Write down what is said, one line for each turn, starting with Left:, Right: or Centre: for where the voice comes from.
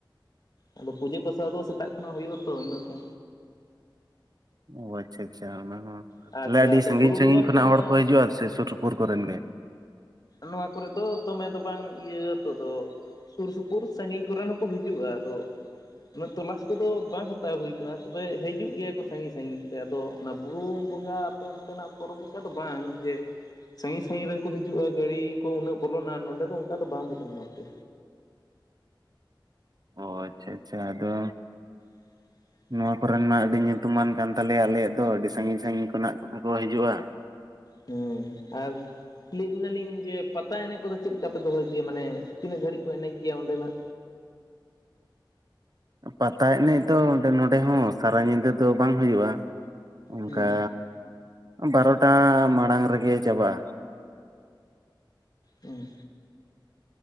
Left: ᱟᱫᱚ ᱯᱩᱡᱟᱹ ᱯᱟᱥᱟ ᱫᱚ ᱥᱮᱛᱟᱜ ᱠᱷᱚᱱᱟᱜ ᱦᱩᱭᱩᱜ ᱟᱛᱚ ᱤᱱᱟᱹᱛᱮ
Right: ᱚ ᱟᱪᱪᱷᱟ ᱟᱪᱪᱷᱟ ᱚᱱᱟ ᱦᱚᱸ
Left: ᱟᱪᱪᱷᱟ
Right: ᱛᱟᱦᱚᱞᱮ ᱟᱹᱰᱤ
Left: ᱟᱫᱚ
Right: ᱥᱟᱺᱜᱤᱧ
Left: ᱵᱩᱨᱩ ᱵᱚᱸᱜᱟ
Right: ᱥᱟᱺᱜᱤᱧ ᱠᱷᱚᱱᱟᱜ
Left: ᱨᱮᱫᱚ ᱢᱟᱱᱮ
Right: ᱦᱚᱲ ᱠᱚ ᱦᱤᱡᱩᱜᱼᱟ ᱥᱮ ᱥᱩᱨ ᱥᱩᱯᱩᱨ ᱠᱚᱨᱮᱱ ᱜᱮ᱾
Left: ᱱᱚᱣᱟ ᱠᱚᱨᱮᱫ ᱫᱚ ᱫᱚᱢᱮ ᱫᱚ ᱵᱟᱝ ᱤᱭᱟᱹ ᱛᱚ ᱫᱚ ᱥᱩᱨ ᱥᱩᱯᱩᱨ ᱥᱟᱺᱜᱤᱧ ᱠᱚᱨᱮᱱ ᱦᱚᱸᱠᱚ ᱦᱤᱡᱩᱜᱼᱟ ᱟᱫᱚᱼᱼ ᱩᱱᱟᱹᱜ ᱛᱚᱞᱟᱥ ᱠᱚᱫᱚ ᱵᱟᱝ ᱦᱟᱛᱟᱣ ᱦᱩᱭᱟᱱᱟ ᱛᱚᱵᱮ ᱦᱤᱡᱩᱜ ᱜᱮᱭᱟᱠᱚ ᱥᱟᱺᱜᱤᱧ ᱥᱟᱺᱜᱤᱧ ᱟᱫᱚ ᱚᱱᱟ ᱵᱩᱨᱩ ᱵᱚᱸᱜᱟ ᱟᱯᱮ ᱚᱱᱛᱮᱱᱟᱜ ᱯᱚᱨᱚᱵᱽ ᱞᱮᱠᱟ ᱫᱚ ᱵᱟᱝ ᱡᱮᱼᱼ ᱥᱟᱺᱜᱤᱧ ᱥᱟᱺᱜᱤᱧ ᱨᱮᱱ ᱠᱚ ᱦᱤᱡᱩᱜᱼᱟ ᱜᱟᱹᱲᱤ ᱠᱚ ᱩᱱᱟᱹᱜ ᱵᱚᱞᱚᱱᱟ ᱱᱚᱸᱰᱮ ᱫᱚ ᱚᱱᱠᱟ ᱫᱚ ᱵᱟᱝ ᱵᱚᱞᱚᱱᱟ ᱟᱨᱠᱤ᱾
Right: ᱚ ᱟᱪᱪᱷᱟ ᱟᱪᱪᱷᱟ ᱟᱫᱚ
Left: <inaudible>
Right: ᱱᱚᱣᱟ ᱠᱚᱨᱮᱱ ᱢᱟ ᱟᱹᱰᱤ ᱧᱩᱛᱩᱢᱟᱱ ᱠᱟᱱ ᱛᱟᱞᱮᱭᱟ ᱟᱞᱮᱭᱟᱜ ᱫᱚ ᱟᱹᱰᱤ ᱥᱟᱺᱜᱤᱧ ᱥᱟᱺᱜᱤᱧ ᱠᱷᱚᱱᱟᱜ ᱠᱚ ᱦᱤᱡᱩᱜᱼᱟ᱾
Left: ᱦᱮᱸ ᱟᱨ ᱠᱩᱞᱤᱠᱟᱱᱟᱞᱤᱧ ᱡᱮ ᱯᱟᱛᱟ ᱮᱱᱮᱡ ᱠᱚᱫᱚ ᱪᱮᱫ ᱞᱮᱠᱟᱯᱮ ᱫᱚᱦᱚᱭ ᱜᱮᱭᱟ ᱢᱟᱱᱮ ᱛᱤᱱᱟᱹᱜ ᱜᱷᱟᱹᱲᱤᱡ ᱠᱚ ᱮᱱᱮᱡ ᱜᱮᱭᱟ ᱚᱸᱰᱮᱱᱟᱜ
Right: ᱯᱟᱛᱟ ᱮᱱᱮᱡ ᱫᱚ ᱱᱚᱰᱮ ᱦᱚᱸ ᱥᱟᱨᱟ ᱧᱤᱫᱟᱹ ᱫᱚ ᱵᱟᱝ ᱦᱩᱭᱩᱜᱼᱟ ᱚᱱᱠᱟ
Left: ᱦᱩᱸ
Right: ᱵᱟᱨᱚᱴᱟ ᱢᱟᱲᱟᱝ ᱨᱮᱜᱮ ᱪᱟᱵᱟᱜᱼᱟ᱾
Left: ᱚ